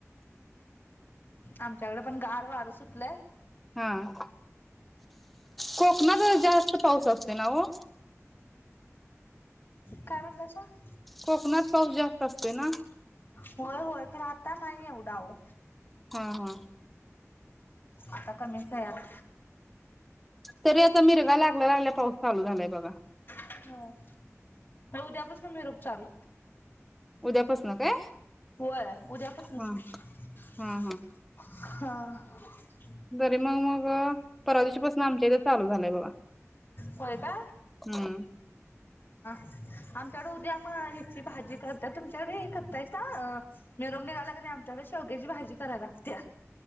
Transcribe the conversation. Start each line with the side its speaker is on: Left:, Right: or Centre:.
Left: आमच्याकडे पण गार वारं सुटलय
Centre: हां कोकणात जरा जास्त पाऊस असतोय ना ओ
Left: काय म्हटलंयसा <inaudible>
Centre: कोकणात पाऊस जास्त असतोय ना
Left: होय होय खराब आता नाही एवढा आहो.
Centre: हं हं
Left: आता कमीचय यात
Centre: तरी आता मिरघा लागल्या लागल्या पाऊस चालू झालाय बघा.
Left: आहे उद्यापासून मीरुघ चालू.
Centre: उद्यापासन काय?
Left: होय उद्यापासनच
Centre: हा
Left: हां
Centre: हा
Left: <inaudible>
Centre: जरी मग मग परवा दिवशीपासून आमच्या इथं चालू झालंय बघा
Left: होय का
Centre: हम्
Left: <inaudible> आमच्याकडे उद्या मग हिची भाजी करतात तुमच्याकडे हे करताय? हां... मिेरूग निघाला की नाय आमच्याकडे शेवग्याची भाजी कराय लागतया